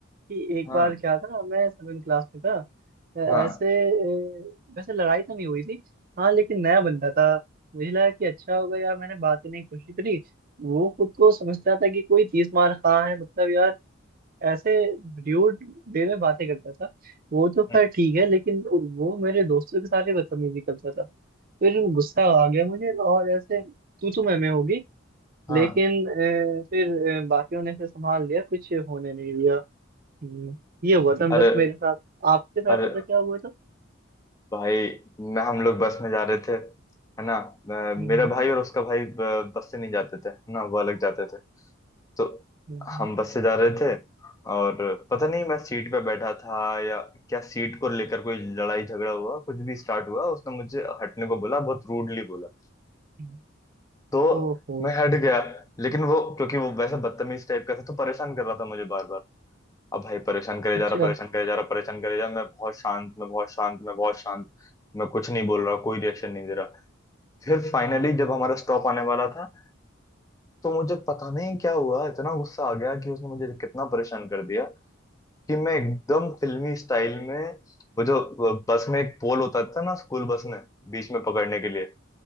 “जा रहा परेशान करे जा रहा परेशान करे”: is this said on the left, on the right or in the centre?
Left